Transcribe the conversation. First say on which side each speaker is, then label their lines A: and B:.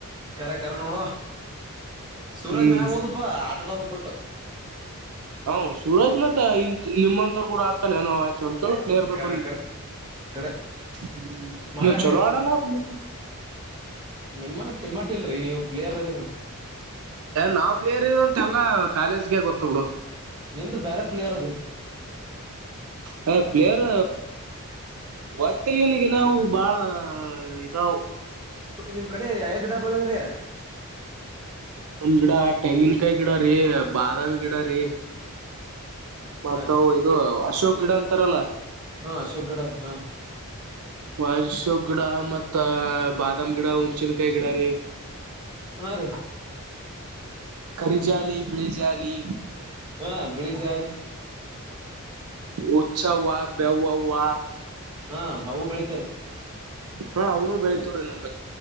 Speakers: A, on the right; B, on the right.
A: ಕರೆ ಕರ್ ನೋಡುವ ಸೂರಾಜ್
B: ಹ್ಮ್
A: ಮ್ಯಾಗೆ ಹೋದಪ್ಪಾ ಆಟ ಆಡೋದ ಬಿಟ್ಟು
B: ಹ ಸೂರಾಜ್ ಮತ್ತೆ ಇ ನಿಮ್ಮಂತವ್ರು ಕೂಡ ಆಡ್ತಾನೆ ಏನೋ ಆತ ಚಲೋ ಚಲೋ ಪ್ಲೇರ್ಬೇಕಲ್ಲಿ
A: ಕರೆ ಕರೆ ಕರೆ
B: ಹ್ಮ
A: ಮಳೆ
B: ನೀವು
A: ಹೊಡಿ
B: ಚಲೋ ಆಡಲ್ಲ ಮತ್ತ
A: ನಿಮ್ಮ ನಿಮ್ಮಟ್ಟ ಇಲ್ರರಿ ನೀವು ಪ್ಲೇಯರ್ ಅದ್ರರು
B: ನಾವ ಪ್ಲೇರ್ ಅಂತೆ ಎಲ್ಲಾ ಕಾಲೇಜ್ಗೆ ಗೊತ್ತ ಬಿಿಡು
A: ನಿಂದು ಬೇರೆ ಪ್ಲೇಯರ್ ಅದೀನಿ
B: ಹ ಪ್ಲೇಯರ್ ಒತ್ತಲ್ಲಿನಗೆ ನಾವು ಬಾಳ ಹ ಇದಾ
A: ನಿಮ್ ಕಡೆ ಯ ಗಡಾಬಾಳದ್ರೆ
B: ನಿಮ್ ಗಿಡ ತೆಂಗಿಲ್ಕಾಯಿ ಗಿಡ ರೀ ಬಾದಾಮಿ ಗಿಡ ರೀ ಮತ್ತ
A: ಹಾ ರೀ
B: ಇದು ಅಶೋಕ್ ಗಿಡ ಅಂತಾರಲ್ಲ
A: ಹಾ ಅಶೋಕ್ ಗಡ ರೀ ಹಾ ರೀ
B: ವಸ ಗಿಡ ಮತ್ತ ಬಾದಾಮ ಗಿಡ ಹುಣಚಿನಕಾಯಿ ಗಿಡ ರೀ
A: ಹಾ ರೀ
B: ಕರಿಜಾಲಿ ಬಿಳಿ ಜಾಲಿ
A: ಹಾ ಬಿಳಿ ಜಾಯಲಿ
B: ಉತ್ಸವ ಬೇವವಾಾ
A: ಹಾ ಅವು ಬೆಳೀಿತಾರೆ
B: ಹಾ ಅವನು ಬೆಳತವ್ರೀ ನಮ್